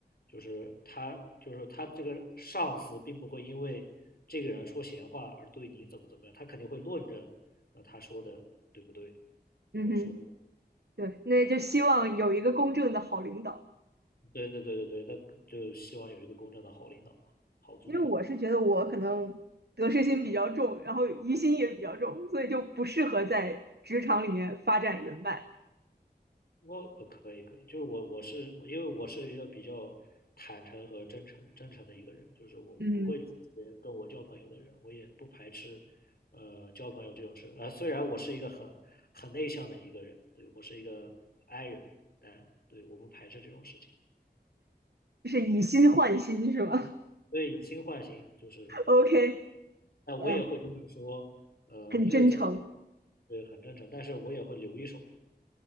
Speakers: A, on the left; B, on the right.
A: 就是他就是他这个上司并不会因为这个人说闲话而对你怎么怎么样，他肯定会论证，呃，他说的对不对，
B: 嗯哼，
A: 或者说，
B: 对，那就希望有一个公正的好领导。
A: 对对对对对，那就希望有一个公正的好领导嘛好组长。
B: 其实我是觉得我可能得失心比较重，然后疑心也比较重，所以就不适合在职场里面发展人脉。
A: 我呃可以可以，就是我我是我，因为我是一个比较坦诚和真诚真诚的一个人，就是我不会拒绝跟我交朋友的人，
B: 嗯，
A: 我也不排斥呃交朋友这种事。呃，虽然我是一个很很内向的一个人，对我是一个 I 人，但对我不排斥这种事情。
B: 就是以心换心是吗
A: 所以以心换心，就是
B: <laughs>？OK，
A: 但我也会就是说，
B: 嗯、呃
A: 呃，
B: 很真诚。
A: 因为在对很真诚，但是我也会留一手嘛。